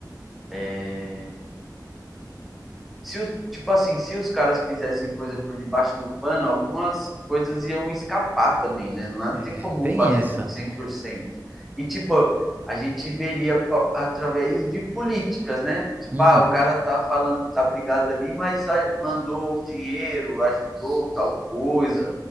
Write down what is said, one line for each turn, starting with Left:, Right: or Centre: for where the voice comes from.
Centre: é, se os, tipo assim, se os caras fizessem coisa por debaixo do pano, algumas coisas iam escapar também, né? Não
Right: é,
Centre: tem como
Right: tem
Centre: fazer
Right: essa.
Centre: tudo 100%. E tipo, a gente veria po- através de políticas, né? Tipo,
Right: Hum,
Centre: ah, o cara tá falando que tá brigado ali, mas a- mandou um dinheiro, ajudou tal coisa,